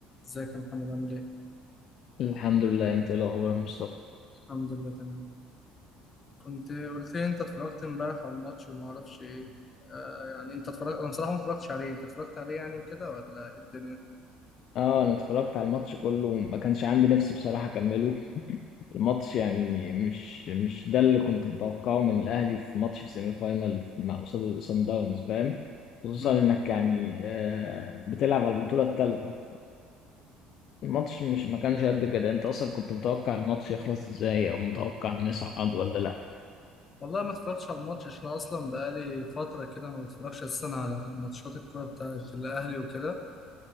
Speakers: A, on the left; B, on the left.
A: ازيك يا محمد عامل ايه؟
B: الحمد لله انت ايه الاخبار يا مصطفى
A: الحمد لله تمام كنت قلت لي انت اتفرجت امبارح على الماتش وما اعرفش ايه آه يعني انت اتفرجت انا بصراحه ما اتفرجتش عليه انت اتفرجت عليه يعني وكده ولا ايه الدنيا؟
B: اه انا اتفرجت على الماتش كله ما كانش عندي نفس بصراحه اكمله <laughs> الماتش يعني مش مش ده اللي كنت متوقعه من الاهلي في ماتش سيمي فاينال مع قصاد سان داونز فاهم خصوصا
A: امم
B: انك يعني آه بتلعب على البطوله الثالثه فالماتش مش ما كانش قد كده انت اصلا كنت متوقع الماتش يخلص ازاي او متوقع نصعد ولا لا
A: والله ما اتفرجتش على الماتش عشان أنا اصلا بقالي فتره كده ما بتفرجش اساسا على ماتشات الكوره بتاعت الاهلي وكده